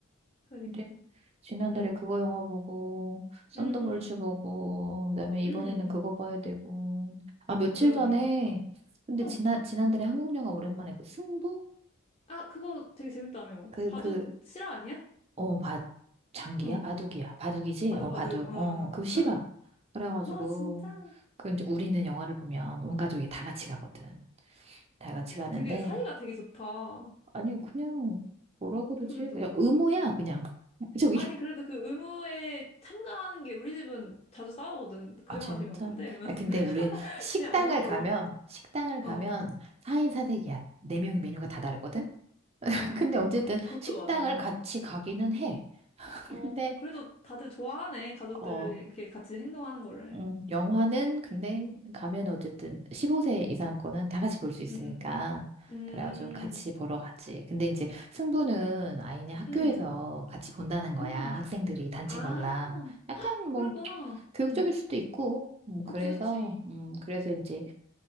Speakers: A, on the left; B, on the right.
A: 그러니까.
B: 근데 지난달에
A: 음.
B: 그거 영화 보고, 썬더볼츠
A: 음.
B: 보고, 그다음에 이번에는
A: 음.
B: 그거
A: 음.
B: 봐야 되고. 아, 며칠
A: 그러네.
B: 전에, 근데
A: 어.
B: 지난, 지난달에 한국 영화 오랜만에 그 승부?
A: 아, 그거 되게 재밌다며.
B: 그
A: 바둑
B: 그.
A: 실화 아니야?
B: 어, 바, 장기야?
A: 어.
B: 바둑이야. 바둑이지?
A: 바둑바둑,
B: 어, 바둑.
A: 응,
B: 어, 그거 싫어.
A: 응.
B: 그래가지고,
A: 아, 진짜?
B: 그 이제 우리는 영화를 보면 온 가족이 다 같이 가거든. 다 같이 가는데,
A: 되게 사이가 되게 좋다.
B: 아니, 그냥, 뭐라 그러지?
A: 그래도.
B: 그냥 의무야, 그냥. <laughs> 저기,
A: 아니, 그래도 그 의무에 참가하는 게 우리 집은 자주 싸우거든. 그
B: 아,
A: 영화
B: 진짜?
A: 재미없는데? 이러면서.
B: 아, 근데
A: <laughs>
B: 우린 식당을
A: 그냥 안 가버려.
B: 가면, 식당을 가면
A: 어.
B: 4인 4색이야. 네명의 메뉴가 다 다르거든? <laughs>
A: 아,
B: 근데
A: 그것,
B: 어쨌든
A: 그것도
B: 식당을
A: 맞아. 어.
B: 같이 가기는 해. <laughs>
A: 어,
B: 근데,
A: 그래도 다들 좋아하네. 가족들이
B: 어...
A: 이렇게 같이 행동하는 거를.
B: 음, 영화는 근데 가면 어쨌든 15세 이상 거는 다 같이 볼 수 있으니까
A: 응, 응. 음,
B: 그래가지고 같이 보러 가지. 근데 이제 승부는 아이네 학교에서
A: 음,
B: 같이 본다는 거야.
A: 음.
B: 학생들이 단체
A: 아,
B: 관람. 약간
A: 그랬구나.
B: 뭐 교육적일
A: 응.
B: 수도 있고. 음,
A: 그치,
B: 그래서
A: 그치.
B: 음, 그래서 이제